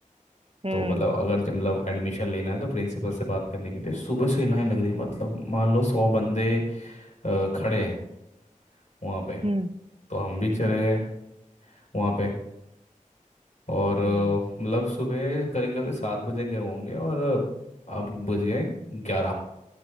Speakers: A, on the right; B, on the left.
A: हम्म
B: तो मतलब अगर जब मतलब एडमिशन लेना है तो प्रिंसिपल से बात करने के लिए सुबह से ही लाइन लग रही है मतलब मान लो सौ बंदे अ, खड़े हैं वहाँ पे
A: हम्म
B: तो हम भी चले
A: हम्म
B: गए वहाँ पे और अ,
A: हम्म
B: मतलब सुबह करीब करीब सात बजे गए होंगे और अ, अब बज गए ग्यारह